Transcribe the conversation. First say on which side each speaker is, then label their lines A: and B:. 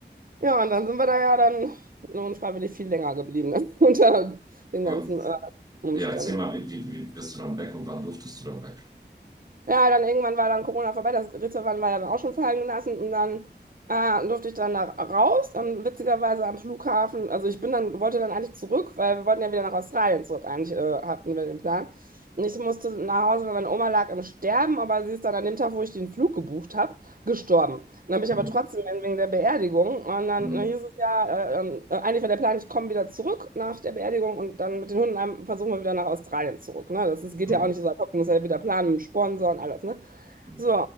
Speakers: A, on the right (about 50°); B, on the right (about 20°).
A: Ja, und dann sind wir da ja dann unfreiwillig viel länger geblieben, ne? <laughs> Unter den
B: Und
A: ganzen äh, Umständen.
B: ja, erzähl mal, wie, wie, wie bist du dann weg und wann durftest du dann weg?
A: Ja, dann irgendwann war dann Corona vorbei, das Ritterwand war ja dann auch schon fallen gelassen und dann äh, durfte ich dann da raus. Dann witzigerweise am Flughafen, also ich bin dann, wollte dann eigentlich zurück, weil wir wollten ja wieder nach Australien zurück, eigentlich äh, hatten wir den Plan. Und ich musste nach Hause, weil meine Oma lag im Sterben, aber sie ist dann an dem Tag, wo ich den Flug gebucht habe, gestorben und dann bin ich
B: Mhm.
A: aber trotzdem hin wegen der Beerdigung. Und dann
B: Mhm.
A: äh, hieß es ja, äh, ähm, äh, eigentlich war der Plan, ich komme wieder zurück nach der Beerdigung und dann mit den Hunden ähm, versuchen wir wieder nach Australien zurück. Ne? Das ist, geht
B: Mhm.
A: ja auch nicht so ad hoc, muss ja wieder planen mit dem Sponsor und alles. Ne?
B: Mhm.
A: So,